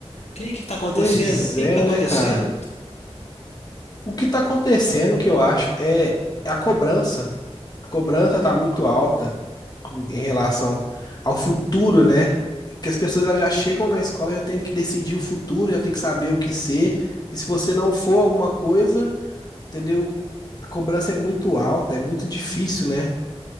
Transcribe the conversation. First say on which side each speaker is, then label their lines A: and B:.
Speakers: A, on the left; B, on the left.
A: Que que tá acontecendo?
B: Pois
A: O que
B: é,
A: que tá acontecendo?
B: né, cara? O que tá acontecendo, que eu acho, é é a cobrança. A cobrança tá muito alta em em relação ao futuro, né? Que as pessoas elas já chegam na escola, já tem que decidir o futuro, já tem que saber o que ser. E se você não for alguma coisa, entendeu? A cobrança é muito alta, é muito difícil, né?